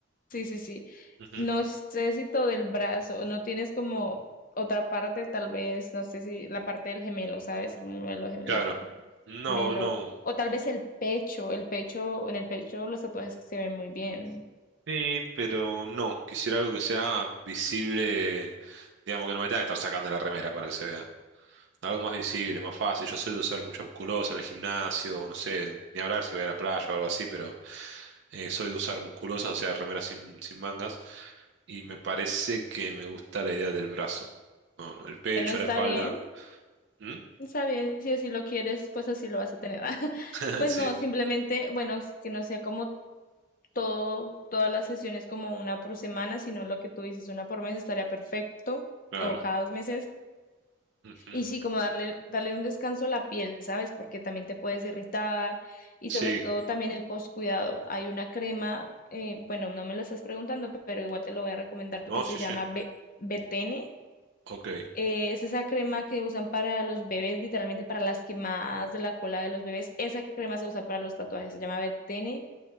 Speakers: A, on the left; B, on the right.
A: Sí, sí, sí.
B: Ujú.
A: No sé si todo el brazo, no tienes como otra parte, tal vez, no sé si la parte del gemelo, ¿sabes? El gemelo,
B: Claro.
A: las-
B: No,
A: gemelo,
B: no,
A: o tal
B: no.
A: vez el pecho, el pecho, en el pecho los tatuajes que se ven muy bien.
B: Sí, pero no. Quisiera algo que sea visible, digamos que no me tenga que estar sacando la remera para que se vea. Algo más visible, más fácil. Yo soy de usar mucha musculosa en el gimnasio, no sé, ni hablar si voy a la playa o algo así, pero eh, soy de usar musculosas o sea, remeras sin, sin mangas. Y me parece que me gusta la idea del brazo. No, no, el pecho,
A: Bueno, está
B: la espalda.
A: bien,
B: ¿Mm?
A: está bien, si así lo quieres, pues así lo vas a tener. <laughs>
B: <laughs>
A: Pues
B: Sí,
A: no, simplemente, bueno, sí que no sea como todo, todas las sesiones como una por semana, sino lo que tú dices, una por mes estaría perfecto,
B: claro.
A: o cada dos meses
B: Ujú.
A: Y sí, como darle, darle un descanso a la piel, ¿sabes? Porque también te puedes irritar y
B: Sí,
A: sobre todo también el postcuidado. Hay una crema, eh, bueno, no me lo estás preguntando, pero igual te lo voy a recomendar
B: no,
A: que
B: sí,
A: se llama
B: sí.
A: Be- Betene.
B: Ok.
A: Eh, es esa crema que usan para los bebés, literalmente para las quemadas de la cola de los bebés. Esa crema se usa para los tatuajes, se llama Betene